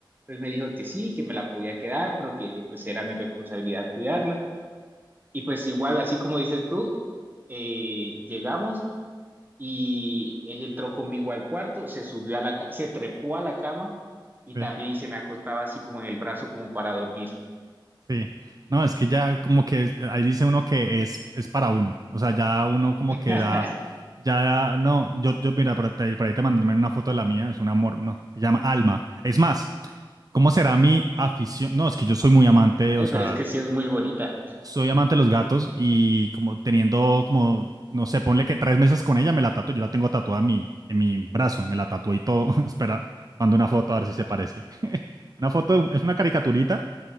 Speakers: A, on the right; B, on the right.
A: Entonces me dijo que sí, que me la podía quedar, pero que pues era mi responsabilidad cuidarla. Y pues igual, así como dices tú, eh, llegamos y ella entró conmigo al cuarto, se subió a la, ca- se trepó a la cama y
B: sí,
A: también
B: sí.
A: se me acostaba así como en el brazo como para dormir.
B: sí. No, es que ya como que es- ahí dice uno que es, es para uno. O sea, ya uno como
A: <laughs>
B: que da, ya, no, yo, yo mira, por, ahí por ahí te mandé una foto de la mía, es un amor, no, se llama Alma. Es más, ¿cómo será mi afición? No, es que yo soy muy amante,
A: Ay,
B: o sea,
A: pero es que sí es muy bonita.
B: Soy amante de los gatos y como teniendo como, no sé, ponle que tres meses con ella, me la tatué. Yo la tengo tatuada en mi, en mi brazo, me la tatué y todo. <laughs> Espera, mando una foto a ver si se parece. <laughs> Una foto, es una caricaturita,